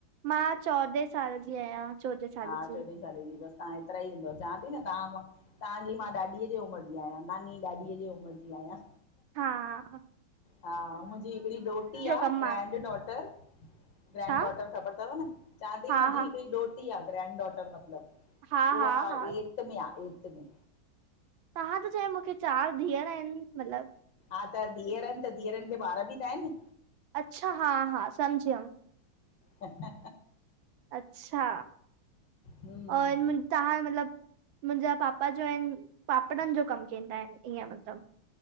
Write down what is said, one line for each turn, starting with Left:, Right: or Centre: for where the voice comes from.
Right: मां, चौॾहें साल जी आहियां। चोॾहें साल
Left: हा,
Right: जी
Left: चोॾह साल जी बस। तव्हां हेतिरा ईंदव चवां थी न तव्हां मां तव्हांजी मां ॾाॾीअ जे उमिरि जी आहियां नानी ॾाॾीअ जी उमिरि जी आहियां।
Right: हां।
Left: हा मुंहिंजी हिकिड़ी डोटी आहे
Right: कमु
Left: ग्रैंड
Right: आ
Left: डॉटर। ग्रैंड
Right: छा
Left: डॉटर ख़बर अथव न, चवां अई
Right: हा
Left: मुंहिंजी
Right: हा
Left: हिकिड़ी डोट ग्रैंड डॉटर मत्लब
Right: हा
Left: उहा
Right: हा हा
Left: एर्थ में आहे एर्थ में।
Right: तव्हां त च मूंखे चार धीअर आहिनि मतलबु
Left: हा, त धीअरनि त धीअरनि खे ॿार बि त आहिनि।
Right: अच्छा, हा-हा समझियम।
Left: ह
Right: अच्छा,
Left: हम्म
Right: और तव्हां मतलब मुंहिंजा पापा जो आहिनि पापड़नि जो कमु कंदा आहिनि ईअं मतलबु